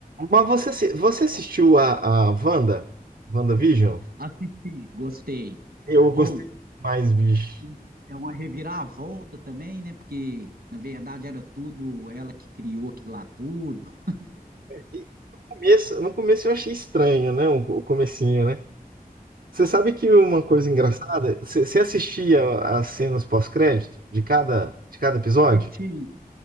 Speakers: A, on the right; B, on the right.
A: Mas você, assi- você assistiu a, a Wanda? WandaVision?
B: Assisti, gostei.
A: Eu
B: Ou
A: gostei mais, bicho.
B: e é uma reviravolta também, né? Porque na verdade era tudo ela que criou aquilo lá tudo.
A: E no começo, no começo eu achei estranho, né? O, o comecinho, né? Você sabe que uma coisa engraçada, você você assistia as cenas pós-crédito de cada, de cada episódio?
B: Assisti.